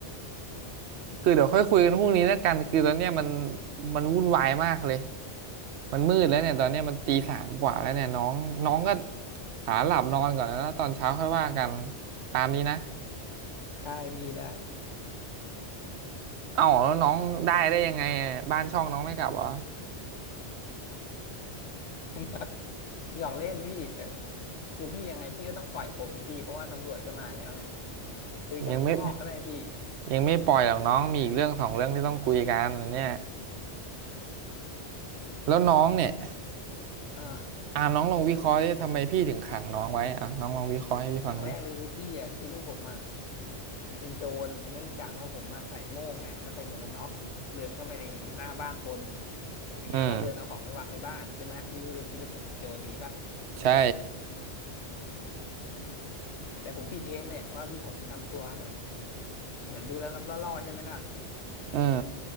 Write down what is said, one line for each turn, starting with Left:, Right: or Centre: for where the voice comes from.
Right: คือเดี๋ยวค่อยคุยกันพรุ่งนี้แล้วกันคือตอนเนี้ยมันมันวุ่นวายมากเลยมันมืดแล้วเนี่ยตอนเนี้ยมันตีสามกว่าแล้วเนี่ยน้องน้องก็หาหลับนอนก่อนนะแล้วตอนเช้าค่อยว่ากันตามนี้นะ
Left: ได้พี่ได้
Right: เอ้าแล้วน้องได้ได้ยังไงอะบ้านช่องน้องไม่กลับเหรอ
Left: <laughs> หยอกเล่นพี่แต่คือพี่ยังไงพี่ก็ต้องปล่อยผมพี่เพราะว่าตำรวจก็มาแล้วเนี่ยคุยกันข้างนอกก็ได้พี่
Right: ยังไม่ยังไม่ปล่อยหรอกน้องมีอีกเรื่องสองเรื่องที่ต้องคุยกันอันเนี่ยแล้วน้องเนี่ย
Left: อ่า
Right: อ่าน้องลองวิเคราะห์ดิทำไมพี่ถึงขังน้องไว้อ่ะน้องลองวิเคราะห์ให้พี่ฟังดิ
Left: อย่างแรกเลยคือพี่อะคิดว่าผมอะเป็นโจรเนื่องจากว่าผมมาใส่โม่งไงแล้วใส่หมวกกันน็อกเดินเข้าไปในหน้าบ้านคนอย่างเงี้ยแล้วเดินเอาของไปวางในบ้านใช่ไหมพี่ก็เลยคิดว่าผมเป็นโจรอย่างงี้ป่ะ
Right: อืมใช่
Left: แต่ผมผิดเองแหละว่าที่ผมทำตัวแบบเหมือนดูแล้วรับล่อๆใช่ไหมล่ะ
Right: อืม